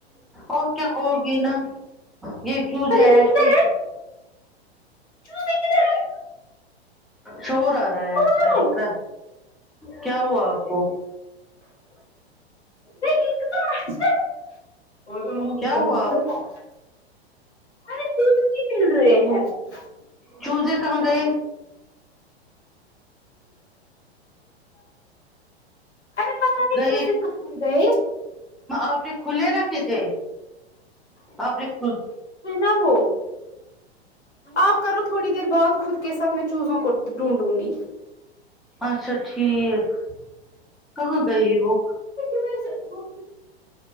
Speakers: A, in the centre; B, on the left (about 80°).
A: اور کیا ہوگی نا یہ چوزیں
B: ارے
A: ایسی
B: وہ کدھر ہے
A: ہوگی
B: چوزے کدھر ہے
A: شور آ رہا ہے
B: ہاں
A: اقرا کیا ہوا آپ کو
B: دیکھیے کتنا اچھا <inaudible>
A: کیا ہوا آپ کو
B: ارے <unintelligible>
A: چوزے کہاں گئے
B: ارے پتا نہیں
A: گئے
B: چوزے کہاں گئے
A: آپ نے کھلے رکھے تھے آپ نے کھ
B: نہ وہ آپ کرو تھوڑی دیر بات خود کے ساتھ میں چوزوں کو ڈھونڈوں گی
A: اچھا ٹھیک کہاں گئی وہ
B: کیوں کے میرے ساتھ وہ